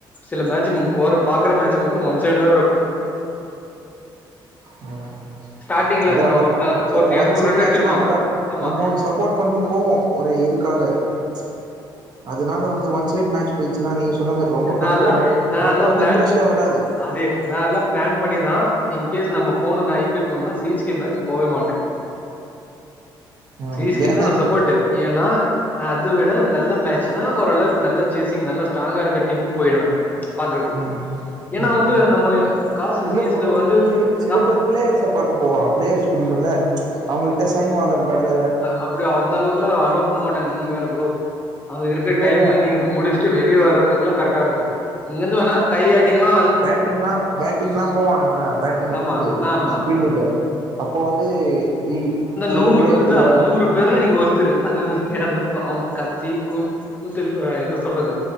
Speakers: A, on the left (about 20°); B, on the right (about 50°).
A: சில மேட்சு நீங்க போற பாக்குற மேட்சல இருந்து ஒன் சைடா தா இருக்கு
B: ம்
A: ஸ்டார்டிங்ல
B: அதா
A: என்ன
B: அதா
A: ஒருத்த
B: ச
A: ஒரு
B: ஒன்
A: எரநூறு
B: சைட்
A: ரன்
B: மேட்ச
A: அடிச்சிருப்பா
B: லா அதா
A: ஆமா
B: நம்ம சப்போர்ட் பண்ணி போவோ ஒரு இதுக்காக ச் அதனால வந்து ஒன் சைடு மேட்சு போய்ச்சுன்னா நீங்க சொன்ன மாரி ரொம்ப கடுப்பாயிடு
A: நால்லா நால்லா
B: பட் வந்து
A: பிளான்
B: இன்டரஸ்ட்டே வராது
A: அதே நா எல்லா பிளான் பண்ணிதா இன் கேஸ் நம்ம போணு நா ஐ பி எல் போணுனா சீ எஸ் கே மேட்ச் போவே மாட்டே
B: ம்
A: சீ எஸ் கே
B: ஏ
A: கு தா நா சப்போர்ட்டு ஏன்னா நா அது விட நல்ல பேட்சுனா ஓரளவுக்கு நல்ல சேசிங் நல்லா ஸ்ட்ராங்கா இருக்க டிம் போயிடுவே பார்க்குறதுக்கு
B: ம்
A: ஏன்னா
B: ம்
A: வந்து நம்ம காசு
B: இல்ல
A: சீ எஸ்
B: ப்ரோ
A: கே வந்து
B: சில சில
A: ந
B: பேர் பிளேயர்ஸ பாக்க போவாங்க பிளேயர்ஸ் பிடிக்குல ச் அவங்ககிட்ட சைன் வாங்குறதுக்காக
A: அப்படிய அந்த அளவுக்குலா அலவ் பண்ண மாட்டாங்க நீங்க வேற ப்ரோ அங்க இருக்கிற
B: இல்ல
A: டைக்குல
B: இல்ல
A: நீங்க முடிச்சுட்டு வெ வெளிய வரதுக்குள்ள கரெக்டா இருக்கு இங்கருந்து வேணா கையாட்டிக்கலா
B: பேட்டிங்ல்லா பேட்டிங்லா போவானுங்கள பேட்டிங்
A: ஆமா,
B: எடுத்துட்டு
A: ஆமா,
B: ஃபீல்டுல அப்போ வந்து இ சில
A: நூறுா
B: பிளேயர்ஸ்
A: இதா
B: எல்லாரு
A: நூறு நூறு பேர்ல நீங்க ஒருத்தரு அது நீங்க அ அவங்க கத்தி கூ கூதல் எத சொல்றது